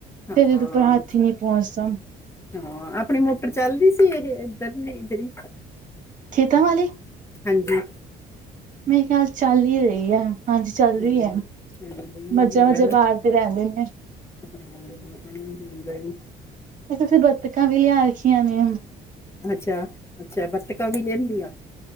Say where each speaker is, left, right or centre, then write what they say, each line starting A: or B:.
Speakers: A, on the left; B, on the right.
A: ਹਾਂ
B: ਫਿਰ, ਜਦ ਉੱਪਰ ਹੱਥ ਹੀ, ਨਹੀਂ ਪਹੁੰਚਦਾ।
A: ਹਾਂ, ਆਪਣੀ ਮੋਟਰ ਚੱਲ ਰਹੀ ਸੀ, ਇਹ, ਇਧਰਲੀ ਇਧਰ ਹੀ।
B: ਖੇਤਾਂ ਵਾਲੀ?
A: ਹਾਂਜੀ।
B: ਮੇਰੇ, ਖਿਆਲ ਚੱਲ ਈ ਰਹੀ ਆ। ਹਾਂਜੀ ਚੱਲ
A: ਹਾਂਜੀ
B: ਰਹੀ ਐ।
A: ਹਾਂਜੀ ਹੁੰਦਾ
B: ਮਜੇ-ਮਜੇ
A: ਨਾ
B: ਬਾਹਰ ਤੇ ਰਹਿੰਦੇ ਨੇ।
A: <unintelligible>
B: ਤੇ ਤੁਸੀਂ ਬੱਤਕਾਂ ਵੀ ਲਿਆ ਰੱਖੀਆਂ ਨੇ?
A: ਅੱਛਾ, ਅੱਛਾ, ਬੱਤਕਾਂ ਵੀ ਲੇਦੀਆਂ।